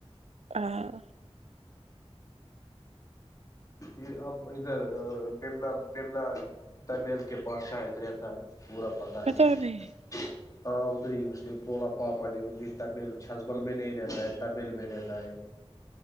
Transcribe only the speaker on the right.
ہاں
پتا
نہیں